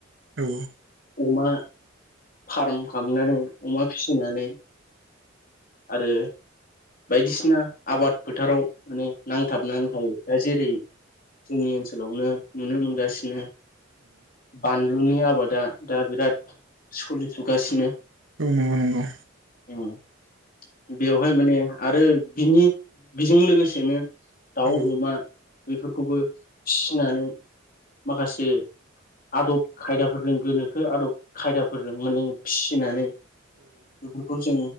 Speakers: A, on the right (about 70°); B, on the left (about 45°).
A: औ
B: अमा फाराम खालामनानै अमा फिसिनानै आरो बायदिसिना आबाद फोथाराव माने नांथाबनानै थायो दा जेरै जोंनि ओनसोलावनो नुनो मोनगासिनो बान लुनि आबादा दा बिराद सलि सुगासिनो
A: औ नंगौ-नंगौ
B: उम बेवहाय माने आरो बिनि बेजों लोगोसेनो दाउ
A: औ
B: अमा बेफोरखौबो फिनानै माखासे आदब खायदाफोरजों गोनोखो आदब खायदाफोरजों माने फिसिनानै बेफोरखौ जों